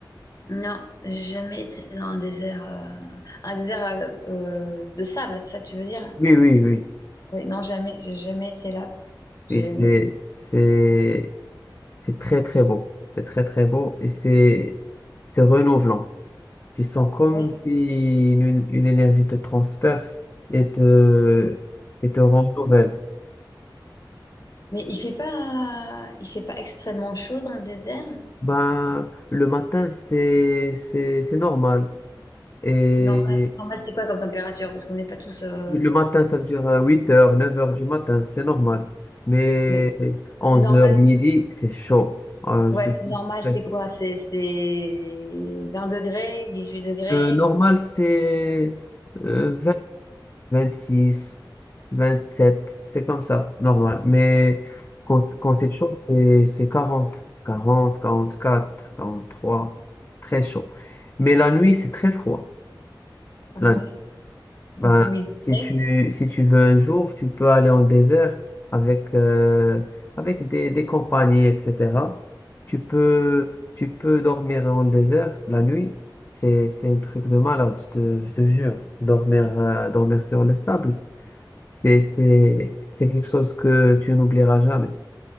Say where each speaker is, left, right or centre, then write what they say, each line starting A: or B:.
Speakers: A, on the left; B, on the left.
A: Non, j'ai jamais été dans un désert, euh, un désert euh, euh, de sable, c'est ça que tu veux dire?
B: Oui, oui, oui.
A: Oui, non, jamais, j'ai jamais été là. J'ai
B: Et c'est,
A: jamais.
B: c'est, c'est très, très beau. C'est très, très beau et c'est, c'est renouvelant. Tu sens comme
A: Ah oui.
B: si une, une énergie te transperce et te, et te rend nouvelle.
A: Mais il fait pas, il fait pas extrêmement chaud dans le désert?
B: Ben, le matin, c'est, c'est, c'est normal. Et
A: Normal, normal, c'est quoi comme température? Parce qu'on n'est pas tous. euh,
B: le matin, ça veut dire euh, huit heures neuf heures du matin, c'est normal. Mais
A: Mais,
B: onze
A: mais normal,
B: heures midi,
A: c'est-
B: c'est chaud. Euh,
A: ouais,
B: je te
A: mais
B: dis,
A: normal,
B: c'est très
A: c'est quoi? C'est c'est 20 degrés, 18 degrés.
B: Le normal, c'est euh, six vingt sept c'est comme ça, normal. Mais quand, quand c'est chaud, c'est c'est quarante quarante quarante quatre quarante trois c'est très chaud. Mais la nuit, c'est très froid.
A: Ah
B: La
A: ouais. Donc
B: ben,
A: 8
B: si
A: degrés.
B: tu, si tu veux un jour, tu peux aller en désert avec, euh, avec des, des compagnies, etc. Tu peux, tu peux dormir en désert la nuit. C'est, c'est un truc de malade, je te, je te jure. Dormir, euh, dormir sur le sable, c'est, c'est, c'est quelque chose que tu n'oublieras jamais.